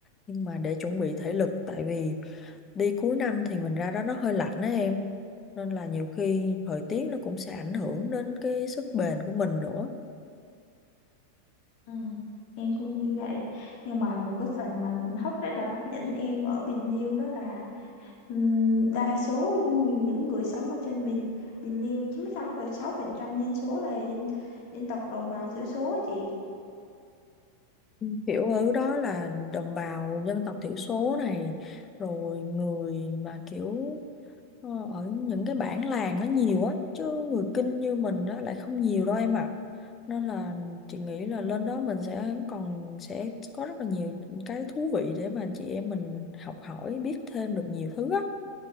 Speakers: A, on the left; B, on the left.
A: nhưng mà để chuẩn bị thể lực tại vì đi cuối năm thì mình ra đó nó hơi lạnh đó em nên là nhiều khi thời tiết nó cũng sẽ ảnh hưởng đến cái sức bền của mình nữa
B: Ừ, em cũng như vậy nhưng mà một cái phần mà hấp rất là hấp dẫn em ở Bình Liêu đó là ừm, đa số những người sống ở trên Bình Bình Liêu chín mươi sáu phẩy sáu phần trăm dân số là dân dân tộc đồng bào thiểu số á chị
A: Ừ, kiểu ở đó là đồng bào dân tộc thiểu số này rồi người mà kiểu Ờ, ở những cái bản làng nó nhiều á chứ người Kinh như mình đó lại không nhiều đâu em ạ nên là chị nghĩ là lên đó mình sẽ còn sẽ có rất là nhiều cái thú vị để mà chị em mình học hỏi biết thêm được nhiều thứ á